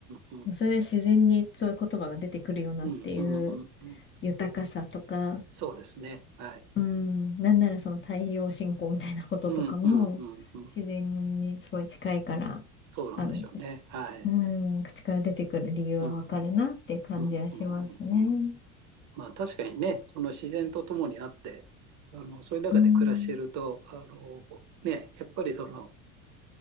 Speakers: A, on the right (about 40°); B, on the left (about 25°).
A: うん、
B: それは自然にそういう言葉が出てくるよなっていう
A: うん、うん、うん、うん。
B: 豊かさとか、
A: そうですね。はい。
B: うん、なんならその太陽信仰みたいなこととかも、
A: うん、うん、うん、うん。
B: 自然にすごい近いから、
A: そうなんでしょうね。
B: あの、
A: はい。
B: うん、口から出てくる理由はわかるなっていう感じはしますね。
A: うん、うん、うん、うん、うん。まあ確かにね、その自然と共にあって、あの、そういう中で暮らしてると、
B: うん
A: あの、ね、やっぱりその、